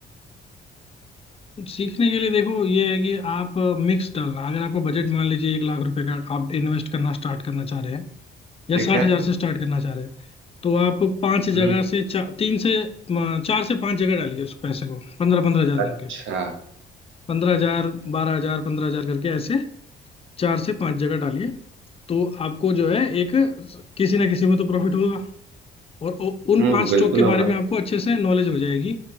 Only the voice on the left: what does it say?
सीखने के लिए देखो ये है कि आप मिक्स डालना अगर आपका बजट मान लीजिए एक लाख रुपए का आप इन्वेस्ट करना स्टार्ट करना चाह रहे हैं या
साठ
हजार से स्टार्ट करना चाह रहे हैं तो आप पांच जगह
से चा, तीन से म, चार से पांच जगह डालिए उस पैसे को पंद्रह पंद्रह हजार
करके पंद्रह हजार बारह हजार पंद्रह हजार करके ऐसे चार से पांच जगह डालिए तो आपको जो है एक किसी ना किसी में तो प्रॉफिट होगा और उ- उन
पांच
स्टॉक के
बारे में आपको अच्छे से नॉलेज हो जाएगी